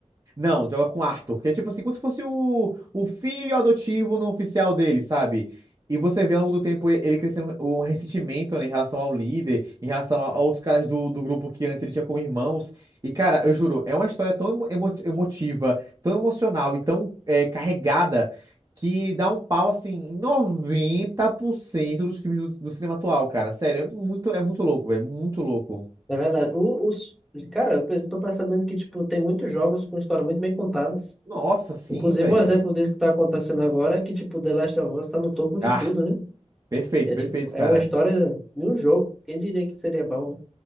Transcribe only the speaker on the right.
não, joga com Arthur, que é tipo assim, como se fosse o, o filho adotivo não oficial dele, sabe? E você vê ao longo do tempo e- ele crescendo um um ressentimento, né, em relação ao líder, em relação a a outros caras do, do grupo que antes ele tinha como irmãos. E, cara, eu juro, é uma história tão emo- emo- emotiva, tão emocional e tão é, carregada que dá um pau, assim, em 90% dos filmes do, do cinema atual, cara. Sério, é muito, é muito louco, velho, muito louco.
Nossa, sim,
velho.
Ah,
perfeito,
perfeito,
cara.